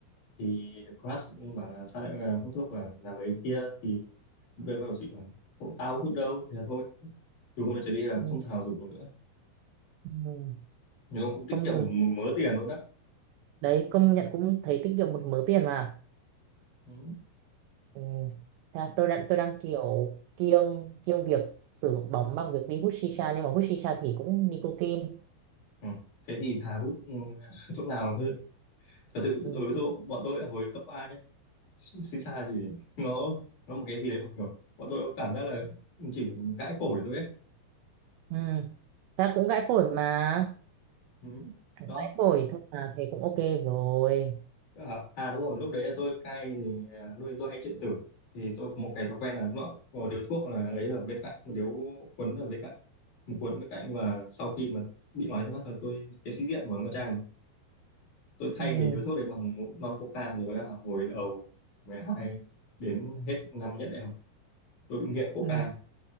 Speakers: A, on the left (about 45°); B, on the right (about 80°).
A: thì crush bảo là sao lại ờ, hút thuốc và làm mấy kia thì với bác sĩ bảo "Ủa, tao hút đâu thế là thôi từ hôm nay trở đi là
B: ừ,
A: không thằng nào rủ nữa
B: ừ.
A: nhưng mà cũng tiết
B: không
A: kiệm
B: dùng
A: được một mớ tiền luôn á
B: đấy công nhận cũng thấy tiết kiệm một mớ tiền mà
A: Ừ.
B: Ừ. Thế là tôi đang tôi đang kiểu kiêng kiêng việc sử dụng bóng bằng việc đi hút shisha nhưng mà hút shisha thì cũng nicotine
A: Ừ. Thế thì thà hút ừ, <laughs> thuốc lào hơn. Thật sự
B: ừ.
A: đối với tôi, bọn tôi ở hồi cấp 3 nhé, xì xa chỉ nó nó một cái gì đấy mà kiểu bọn tôi cảm giác là chỉ gãi phổi thôi ấy.
B: Ừ. Thế là cũng gãi phổi mà
A: Ừ.
B: gãi
A: Đó.
B: phổi thôi mà thế cũng ok rồi
A: À, à đúng rồi, lúc đấy là tôi cai thì à, nuôi tôi hay chuyện tử thì tôi có một cái thói quen là nó có điếu thuốc là ấy ở bên cạnh một điếu quấn ở bên cạnh một cuốn ở bên cạnh nhưng mà sau khi mà bị nói ra mắt là tôi cái sĩ diện của con trai tôi thay
B: ừ.
A: cái điếu thuốc đấy bằng một lon coca thì là hồi đầu 12 đến hết năm nhất đại học tôi bị nghiện coca
B: Ừ.